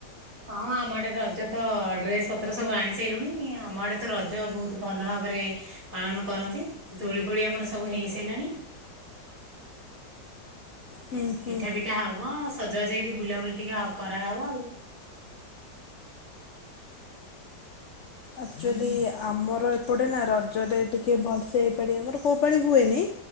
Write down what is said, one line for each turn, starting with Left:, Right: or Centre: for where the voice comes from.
Right: ହଁ ଆମ ଆଡେ ରଜ ତ ଡ୍ରେସ ପତ୍ର ସବୁ ଆଣି ସାରିଲୁଣି ଆମ ଆଡେ ତ ରଜ ବହୁତ ଭଲ ଭାବରେ ପାଳନ କରନ୍ତି ଦୋଳି ଫୋଳି ଆମର ସବୁ ହେଇ ସାରିଲାଣି
Left: ହୁଁ ହୁଁ
Right: ପିଠା ପିଠା ହବ ସଜବାଜ ହେଇକି ବୁଲାବୁଲି ଟିକେ କରାହବ ଆଉ
Left: ଆଚୁଆଲି ଆମର ଏପଟେ ନା ରଜରେ ଟିକେ ଭଲସେ ଏଇ ପାଳି ଆମର କୋଉ ପାଳି ହୁଏନି